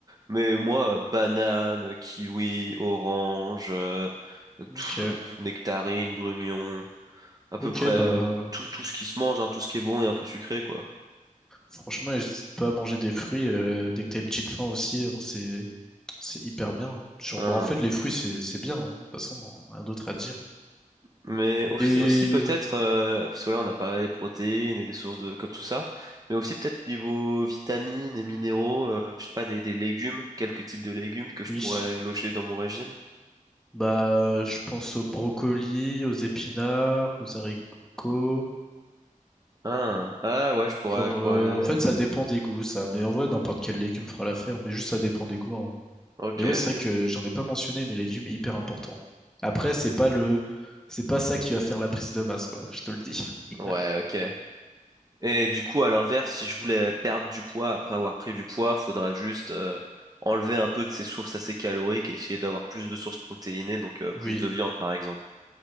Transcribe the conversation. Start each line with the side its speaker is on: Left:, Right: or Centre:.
Right: Mais moi, euh, banane, kiwi, orange, euh, pff,
Centre: Ok,
Right: euh, nectarine, brugnon, à peu
Centre: ok,
Right: près euh,
Centre: bah
Right: tout, tout ce qui se mange, hein, tout ce qui est bon et un peu sucré, quoi.
Centre: franchement, n'hésite pas à manger des fruits euh, dès que t'as une petite faim aussi. hein, c'est c'est hyper bien. hein. Genre,
Right: Hein.
Centre: bah en fait, les fruits c'est c'est bien. hein, de toute façon, hein, rien d'autre à dire.
Right: Mais aussi,
Centre: Et
Right: aussi peut-être, euh, parce que là on a parlé des protéines et des sources de comme tout ça, mais aussi peut-être niveau vitamines et minéraux, euh, je sais pas, des, des légumes, quelques types de légumes que je
Centre: oui,
Right: pourrais loger dans mon régime.
Centre: bah je pense aux brocolis, aux épinards, aux haricots.
Right: Ah, ah ouais, je pourrais,
Centre: Genre,
Right: je pourrais.
Centre: euh, en fait, ça dépend des goûts, ça. Mais en vrai, n'importe quel légume fera l'affaire. Mais juste, ça dépend des goûts. hein.
Right: Ok,
Centre: Mais ouais, c'est vrai que j'en ai pas mentionné, mais légumes hyper important. Après, c'est pas le, c'est pas ça qui va faire la prise de masse, quoi. Je te le dis. <laughs>
Right: ouais, ok. Et du coup, à l'inverse, si je voulais perdre du poids après avoir pris du poids, faudra juste euh, enlever un peu de ces sources assez caloriques et essayer d'avoir plus de sources protéinées, donc euh, plus
Centre: Oui,
Right: de viande par exemple.